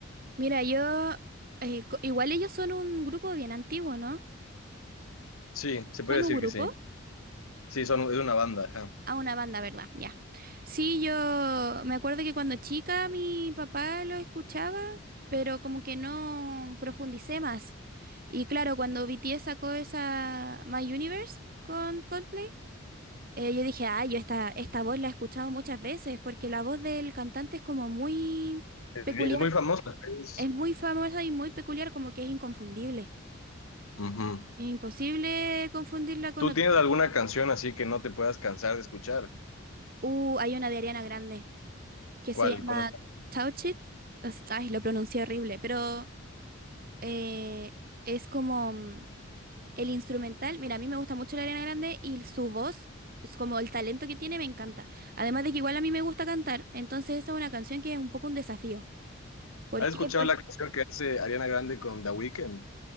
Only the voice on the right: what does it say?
Mira, yo, eh, co- igual ellos son un grupo bien antiguo, ¿no?
Son
un grupo,
a una banda, ¿verdad? Ya. Sí, yo me acuerdo que cuando chica mi papá lo escuchaba, pero como que no profundicé más. Y claro, cuando BTS sacó esa My Universe con Coldplay, eh, yo dije, ah, yo esta, esta voz la he escuchado muchas veces, porque la voz del cantante es como muy
peculiar.
Es muy famosa y muy peculiar, como que es inconfundible.
Es imposible confundirla con
otra.
Uh, hay una de Ariana Grande que
se llama
Touch It. Es- Ay, lo pronuncié horrible, pero eh, es como mm, el instrumental. Mira, a mí me gusta mucho la Ariana Grande y su voz, es como el talento que tiene, me encanta. Además de que igual a mí me gusta cantar, entonces esa es una canción que es un poco un desafío. ¿Por
qué?
Porque